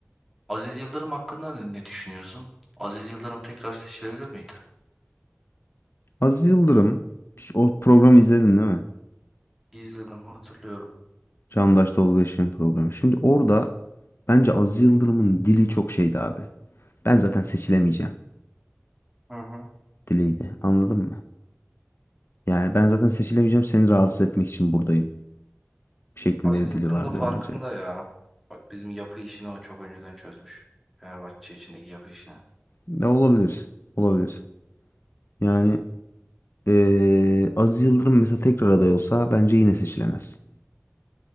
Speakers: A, in the centre; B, on the left.
A: Aziz Yıldırım hakkında ne ne düşünüyorsun? Aziz Yıldırım tekrar seçilebilir miydi?
B: Aziz Yıldırım o programı izledin değil mi?
A: İzledim, hatırlıyorum.
B: Çağdaş Tolga Işık'ın programı. Şimdi orada bence Aziz Yıldırım'ın dili çok şeydi abi. Ben zaten seçilemeyeceğim
A: Hı hı.
B: diliydi. Anladın mı? Yani ben zaten seçilemeyeceğim seni rahatsız etmek için buradayım şeklinde
A: Aziz
B: bir
A: Yıldırım
B: dili vardı
A: da farkında
B: bence.
A: ya. Bak bizim yapı işini o çok önceden çözmüş. Fenerbahçe içindeki yapı işini.
B: Ne olabilir? Olabilir. Yani eee Aziz Yıldırım mesela tekrar aday olsa bence yine seçilemez.